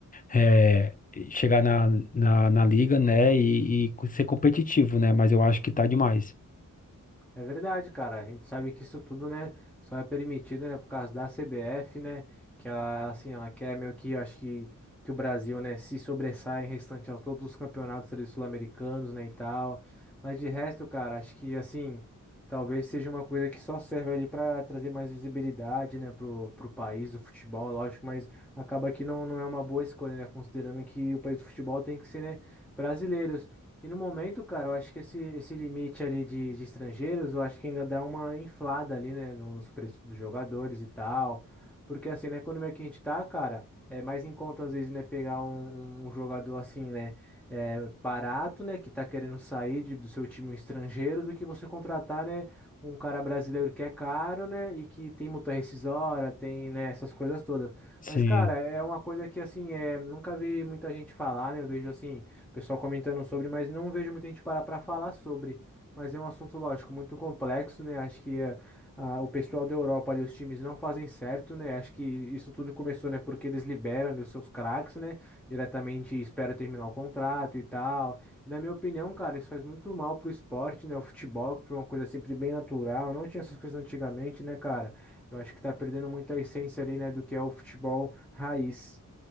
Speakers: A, on the left (about 25°); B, in the centre.
A: é, chegar na, na, na liga, né, e, e ser competitivo, né? Mas eu acho que tá demais.
B: É verdade, cara. A gente sabe que isso tudo, né, só é permitido, né, por causa da CBF, né, que ela, assim, ela quer meio que, eu acho que, que o Brasil, né, se sobressaia em restante a todos os campeonatos ali sul-americanos, né, e tal. Mas de resto, cara, acho que, assim, talvez seja uma coisa que só serve ali para trazer mais visibilidade, né, pro, pro país do futebol, lógico, mas acaba que não, não é uma boa escolha, né, considerando que o país do futebol tem que ser, né, brasileiro. E no momento, cara, eu acho que esse, esse limite ali de, de estrangeiros, eu acho que ainda dá uma inflada ali, né, no- nos preços dos jogadores e tal. Porque assim, né, na economia que a gente tá, cara, é mais em conta às vezes, né, pegar um, um um jogador assim, né, é, barato, né, que tá querendo sair de- do seu time um estrangeiro, do que você contratar, né, um cara brasileiro que é caro, né, e que tem multa rescisória, tem, né, essas coisas todas.
A: Sim.
B: Mas, cara, é uma coisa que assim, é, nunca vi muita gente falar, né, eu vejo assim pessoal comentando sobre, mas não vejo muita gente parar para falar sobre. Mas é um assunto, lógico, muito complexo, né? Acho que eh, ah, o pessoal da Europa ali, os times não fazem certo, né? Acho que isso tudo começou, né? Porque eles liberam ali os seus craques, né? Diretamente e espera terminar o contrato e tal. E na minha opinião, cara, isso faz muito mal pro esporte, né? O futebol, que foi uma coisa sempre bem natural, não tinha essas coisas antigamente, né, cara? Eu acho que tá perdendo muito a essência ali, né, do que é o futebol raiz.